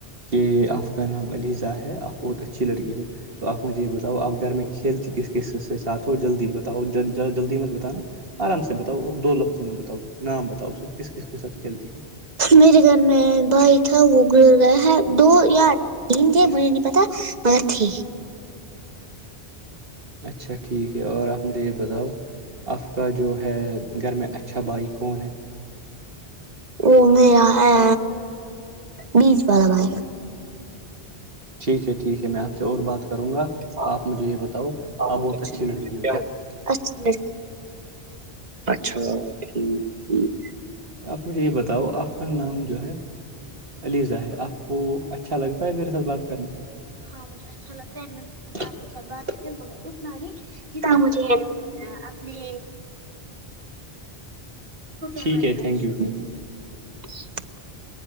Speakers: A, on the right; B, on the right.
A: کہ آپ کا نام علیزہ ہے آپ بہت اچھی لڑکی ہو تو آپ مجھے یہ بتاؤ آپ گھر میں کھیلتی کس کس ساتھ ہو جلدی بتاؤ جلدی مل بتان نا آرام سے بتاؤ اور دو لفظوں میں بتاؤ نام بتاؤ صرف کس کس کے ساتھ کھیلتی ہو
B: میرے گھر میں بھائی تھا وہ گزر گیا ہے دو یاار دے مریے نہیں پتا م
A: اچھا ٹھیک ہے اور آپ مجھے یہ بتاؤ آپ کا جو ہے گھر میں اچھا بھائی کون ہے
B: وہ میرا ہے بیس والا بائی
A: ٹھیک ہے ٹھیک ہے میں آپ سے اور بات کروں گا
B: ہاں
A: آپ مجھے یہ بتاؤ آپ
B: بہت اچھی ل
A: لڑکی
B: کیا ہو اچھا اچھا ٹھیک ٹھیک
A: آپ مجھے یہ بتاؤ آپ کا نام جو ہے علیزا ہے آپ کو اچھا لگتا ہے میرے ساتھ بات کرنا ہاں مجھے اچھا لگتا ہے آپ کے ساتھ بات کرے مگر اتنا نہیں جتنا
B: مجھے
A: مجھے ٹھیک ہے تھینک یو تھینک
B: <unintelligible>
A: ی